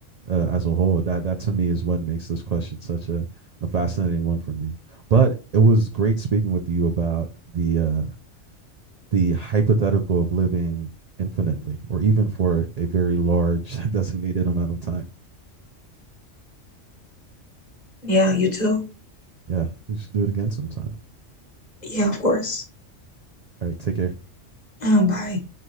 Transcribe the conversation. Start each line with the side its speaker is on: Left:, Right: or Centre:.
Right: uh, as a whole. That that to me is what makes this question such a, a fascinating one for me. But it was great speaking with you about the uh, the hypothetical of living infinitely, or even for a very large <laughs> designated amount of time.
Left: Yeah, you too.
Right: Yeah, we should do it again sometime.
Left: Yeah, of course.
Right: All right, take care.
Left: Um, bye.